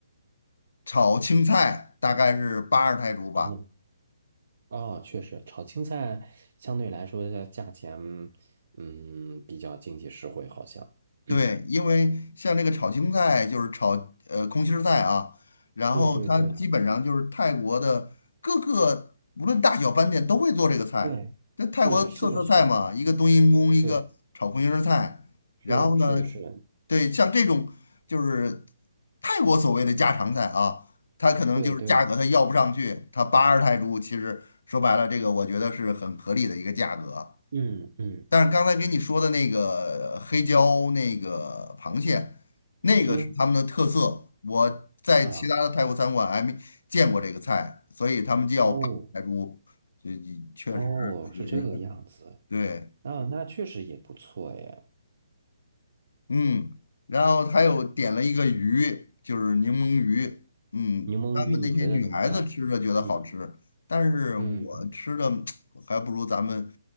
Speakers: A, on the left; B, on the right.
A: 炒青菜，大概是八十泰铢吧。
B: 哦哦，哦，确实，炒青菜相对来说的价钱，嗯，比较经济实惠，好像。嗯，
A: 对，因为像这个炒青菜就是炒呃空心儿菜啊，然后它基本上就是泰国的各个无论大小饭店都会做这个菜。
B: 对对对对对，
A: 这泰国特色菜嘛，
B: 是的，是的，
A: 一个冬阴功，一个炒空心儿菜。
B: 对，是是是，
A: 然后呢，对，像这种就是泰国所谓的家常菜啊，它可能就是价格它要不上去，
B: 对对，
A: 它八二泰铢，其实说白了，这个我觉得是很合理的一个价格。
B: 嗯嗯
A: 但是刚才给你说的那个黑椒那个螃蟹，那个是他们的特色。
B: 嗯
A: 我在其他的泰国餐馆还没见过这个菜，
B: 啊，
A: 所以他们叫八珍海珠，
B: 哦。
A: 这确实有时候
B: 哦，是这个样子，
A: 对。
B: 啊，那确实也不错哎。
A: 嗯，然后他又点了一个鱼，就是柠檬鱼。嗯，
B: 柠檬鱼，
A: 他们那些女孩子吃着觉得好吃，
B: 你觉得怎么样？嗯
A: 但是我吃的
B: 嗯嗯，
A: <tsk> 还不如咱们